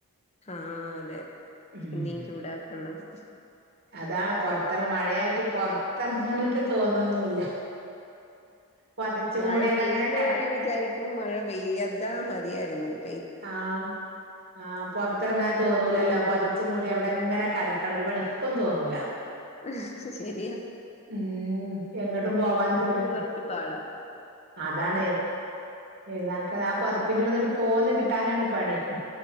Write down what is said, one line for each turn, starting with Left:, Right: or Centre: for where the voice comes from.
Left: ആഹ് അതെ
Right: ഉം
Left: പിന്നെയും ചൂടാക്ക്ണ്ടാവും
Right: അതാ പൊറത്തെറ മഴയായിട്ട് പൊറത്തെറങ്ങാനേറ്റെ തോന്നൊന്നുല്ല പൊതച്ചു
Left: മഴ
Right: മൂടി അവിടെങ്ങനെ
Left: പെയ്യുന്നവരെ
Right: കെടക്ക
Left: വിചാരിക്കും മഴ പെയ്യയ്താ മതിയാരുന്നെന്ന്
Right: ആഹ് ആ പൊറത്തെറങ്ങാൻ തോന്നൂലല്ലോ പൊതച്ച് മൂടി അവിടങ്ങനെ കെടക്കണം ഒരു പണിക്കും തോന്നൂല
Left: ഹ്ഹ് ഹ് ശെരിയാ
Right: ഉം എങ്ങ്ട്ടും പോവാനും <unintelligible>
Left: കൊറച്ച് പാടാ
Right: അതാണ് എഴ്ന്നേക്കാ ആ പൊതപ്പിന്റുള്ള്ന്ന്ണ്ട് പോന്ന് കിട്ടാനാണ് പണി